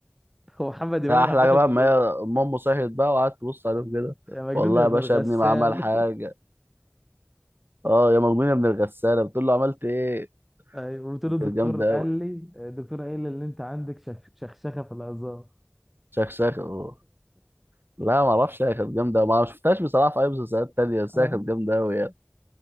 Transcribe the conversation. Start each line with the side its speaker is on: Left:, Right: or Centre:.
Centre: هو محمد امام
Right: احلى
Centre: راح داخل
Right: حاجه بقى
Centre: من
Right: ما
Centre: النص
Right: هي امه صحيت بقى وقعدت تبص عليهم كده
Centre: يا مجنون
Right: والله
Centre: يا
Right: يا
Centre: ابن
Right: باشا
Centre: الغسال
Right: ابني ما عمل حاجه اه يا مجنون يا ابن الغساله بتقول له عملت ايه
Centre: <laughs> أي. وقلت
Right: دي
Centre: له الدكتور
Right: كانت جامده
Centre: قال
Right: قوي
Centre: لي الدكتور قال لي ان انت عندك شخ- شخشخه في العظام
Right: شخشخ أوه. لا ما اعرفش هي كانت جامده أوي. ما شفتهاش بصراحه في اي مسلسلات تانية بس
Centre: <laughs>
Right: هي كانت جامده قوي يعني